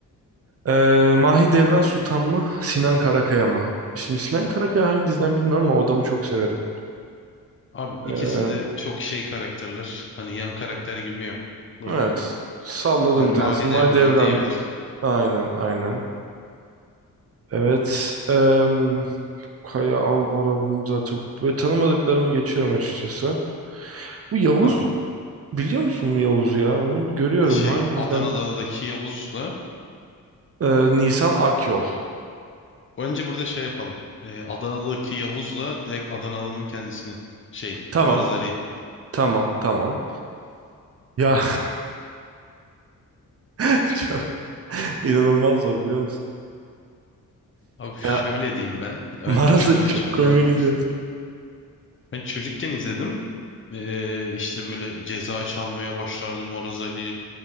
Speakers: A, on the right (about 45°); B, on the left (about 35°).
A: Ee, Mahidevran Sultan mı? Sinan Karakaya mı? Şimdi Sinan Karakaya hangi diziden bilmiyorum ama o adamı çok severim.
B: Abi ikisi
A: Ee,
B: de çok şey karakterler. Hani yan karakter gibi ya. Burada,
A: evet. Salladım
B: yani
A: bir
B: Mahidevran
A: tanesi. Mahidevran.
B: diyebilir.
A: Aynen aynen. Evet. Eee Kaya Albora bunu zaten böyle tanımadıklarımı geçiyorum açıkçası. Bu Yavuz
B: Tamam.
A: biliyor musun bu Yavuz'u ya? Onu görüyorum.
B: Şey
A: Hangisinden?
B: Adana'daki Yavuz'la
A: Ee, Nisan Akyol.
B: Önce burada şey yapalım. Ee, Adanalı'daki Yavuz'la direkt Adanalı'nın kendisini. Şey,
A: Tamam.
B: Maraz Ali.
A: Tamam. Tamam. Ya <laughs> çok inanılmaz zor biliyor musun?
B: Abi şöyle
A: Ya
B: diyeyim ben. Ben
A: Maraz
B: kendi
A: Ali
B: açımdan
A: çok koyma
B: anlatayım.
A: gidiyor.
B: Ben çocukken izledim. Ee, işte böyle ceza çalmaya başlardı Maraz Ali.